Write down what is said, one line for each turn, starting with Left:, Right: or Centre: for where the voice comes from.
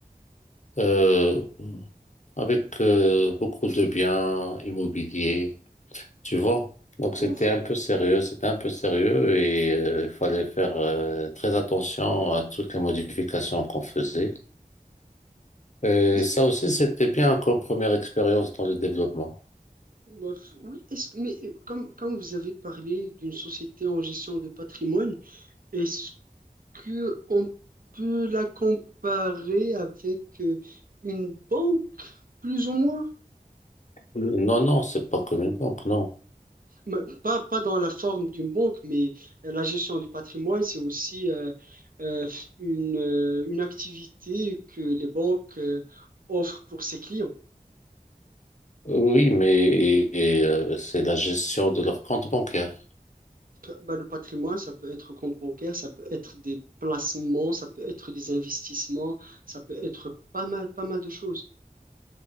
Left: euh, avec euh, beaucoup de biens immobiliers, tu vois. Donc, c'était
Right: Ouf.
Left: un peu sérieux, c'était un peu sérieux et euh, il fallait faire euh, très attention à toutes les modifications qu'on faisait. Et
Right: Est-ce-
Left: ça aussi, c'était bien comme première expérience dans le développement.
Right: bah, f- oui, est-ce que, mais euh, comme, quand vous avez parlé d'une société en gestion de patrimoine, est-ce que on peut la comparer avec euh, une banque, plus ou moins?
Left: Non, non, c'est pas comme une banque, non.
Right: Mais Pas, pas dans la forme d'une banque, mais euh, la gestion du patrimoine, c'est aussi euh, euh, une, euh, une activité que les banques euh, offrent pour ses clients.
Left: Oui, mais et, euh, c'est la gestion de leur compte bancaire.
Right: P- bah, le patrimoine, ça peut être compte bancaire, ça peut être des placements, ça peut être des investissements, ça peut être pas mal, pas mal de choses.